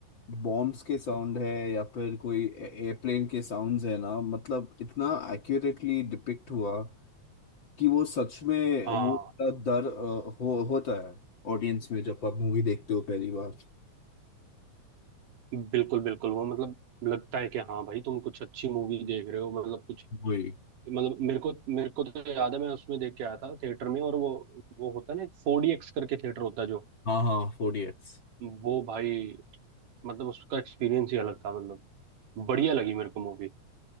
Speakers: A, on the left; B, on the right.
A: बॉम्ब्स के साउंड है या फिर कोई एयरप्लेन के साउंड्स है ना मतलब इतना एक्यूरेटली डिपिक्ट हुआ कि वो सच में
B: हाँ
A: वो इतना डर अ, हो होता है ऑडियंस में जब आप मूवी देखते हो पहली बार
B: बिल्कुल बिल्कुल वो मतलब लगता है कि हाँ भाई तुम कुछ अच्छी मूवी देख रहे हो मतलब कुछ
A: वही
B: मतलब मेरे को मेरे को तो याद है मैं उसमें देख के आया था थिएटर में और वो वो होता है ना फोर डी एक्स करके थिएटर होता है जो
A: हाँ हाँ फोर इडियट्स।
B: वो भाई मतलब उसका एक्सपीरियंस ही अलग था मतलब बढ़िया लगी मेरे को मूवी